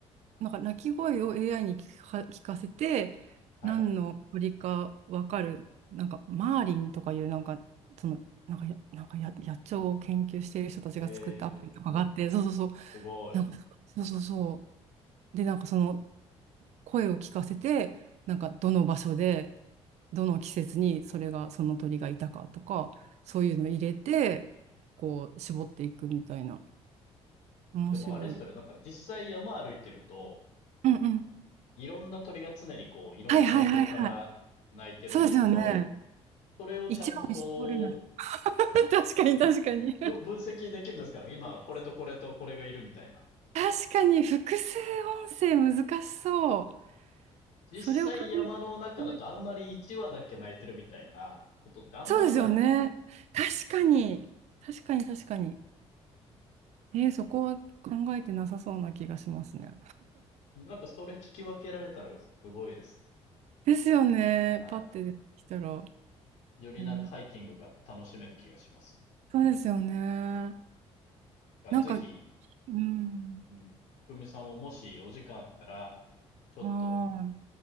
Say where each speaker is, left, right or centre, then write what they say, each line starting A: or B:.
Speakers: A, on the right; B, on the left.
A: なんか鳴き声を AI に聞か、聞かせて、
B: はい。
A: 何の鳥か分かる、なんかマーリンとかいう、なんか、その、なんかや、なんかや、野鳥を研究している人たちが作ったアプリとかがあって、
B: えー、
A: そうそうそう、
B: すごい。
A: なんか、そうそうそう。で、なんかその声を聞かせて、なんかどの場所で、どの季節にそれが、その鳥がいたかとか、そういうの入れて、こう、絞っていくみたいな。面白い。
B: でもあれですよね、なんか実際山歩いてると、
A: うんうん。
B: いろんな鳥が常にこういろんな方向から鳴いてるんですけど、
A: はいはいはいはい。そうですよね。
B: それをちゃんとこう
A: 一話に絞れない。<laughs> 確かに確かに。確
B: ぶ分析できるんですから、今これとこれとこれがいるみたいな。
A: 確かに複数音声難しそう。
B: 実際山の中だとあんまり1話だけ泣いてるみたいなことってあんまりなく、
A: それを考え、そうですよね。確かに。確かに確かに。えー、そこは考えてなさそうな気がしますね。
B: なんかそれ聞き分けられたらすごいです
A: ですよね。
B: ね。はい。
A: パッて出てきたら。
B: よりなんかハイキングが楽しめる気がしますね。
A: えーそうですよね。なんか、
B: ぜひ、
A: うん。
B: うん。くみさんももしお時間あったら、ちょっと、
A: はーい。